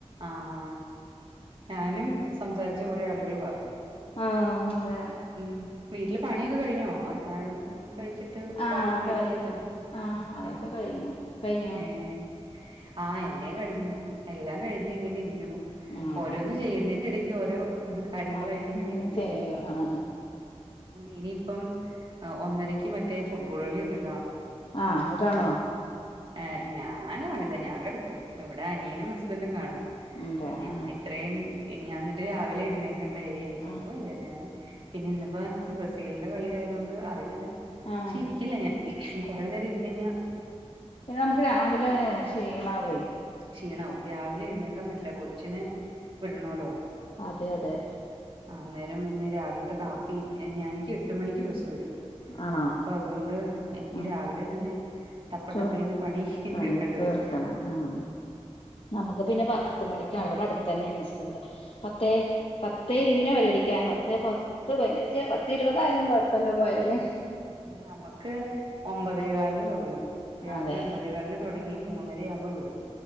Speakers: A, on the right; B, on the left.
A: ആഹ്. ഞാനും സംസാരിച്ച കൊറേ ആളുകള് പറഞ്ഞു.
B: ആഹ് അതെ.
A: ഉം വീട്ടില് പണിയൊക്കെ കഴിഞ്ഞോ? അത്താഴം പ്പം കഴിച്ചിട്ട്
B: ആഹ്
A: പാത്രം കഴുക്ക്
B: കഴിഞ്ഞു
A: <unintelligible>
B: ആഹ് അതൊക്കെ
A: ആ
B: കഴിഞ്ഞു കഴിഞ്ഞോ
A: ഏഹ്. ആഹ് എന്റെ കഴിഞ്ഞു. എല്ലാം കഴിഞ്ഞ് ഇങ്ങനെ ഇരിക്ക്ണു
B: ഉം
A: ഓരോന്ന് ചെയ്യുന്നേന്റെ ഇടയ്ക്ക് ഓരോ കാര്യങ്ങളായിട്ട്
B: ആണെ <unintelligible>
A: ഇങ്ങനെ
B: ങ്ങനെ
A: ഇരിക്കും
B: ചെയ്യൂ ആ ആ ആഹ്.
A: ഇനിയിപ്പം ഒന്നരക്ക് മറ്റേ ഫുട്ബോൾ കളി ണ്ടല്ലോ.
B: ആഹ് അത് കാണുവോ
A: ഏഹ് ഞാൻ കാണില്ല ഞാൻ കിടക്കും ഇവിടെ അനിയനും ഹസ്ബന്റും കാണും
B: അതെ
A: ഞാൻ
B: ആഹ്
A: ഇത്രയും ഞാൻ എന്നിട്ട് രാവിലെ എഴുന്നേ ക്കണ്ടേ എനിക്കങ്ങും
B: ആഹ്
A: വയ്യ ഞാന് പിന്നെ ഇന്നിപ്പോ ബ്രസീലിന്റെ കളി ആയതുകൊണ്ട് അറിയില്ല
B: ആഹ്
A: പക്ഷേ ഇരിക്കില്ല ഞാൻ കുറെ നേരം ഇരുന്ന് കഴിഞ്ഞാ
B: പിന്നെ നമ്മുക്ക് രാവിലെ ശീണമേ
A: ക്ഷീണാവും രാവിലെ എഴുന്നേക്കാൻ പറ്റില്ല കൊച്ചിനെ വിടണല്ലോ
B: അതെ അതെ
A: അന്നേരം പിന്നെ രാവിലത്തെ കാപ്പിയും ഞാൻ എനിക്ക് എട്ട്മണിക്ക് ബസ്സ് വരും
B: ആണോ
A: അപ്പൊ അതുകൊണ്ട് എനിക്ക്‌
B: ആഹ്
A: രാവിലെതന്നെ ടപ്പ
B: ചോറ്
A: ടപ്പേന്ന് പണിതീർക്കേണ്ടി
B: പണി
A: വരും
B: ഉം നമ്മുക്ക് പിന്നെ
A: ഉം
B: പത്ത്മണിക്കാണ് ഇവിടെ അടുത്ത് തന്നെയാണ് സ്കൂള് പത്തേ
A: ഉം
B: പ പത്തേഇരുവിന ബെല്ലടിക്കാ പത്തേ പത്ത് പൈതിനഞ്ച് പത്ത് ഇരുപതായാലും കൊഴപ്പ ഇല്ല പോയല്
A: ഉം നമ്മുക്ക് ഒമ്പതേകാലിന് തുടങ്ങും രാവിലെഒമ്പതേകാലിന്
B: അതെ
A: തുടങ്ങി മൂന്നരയാവുമ്പോ വിടും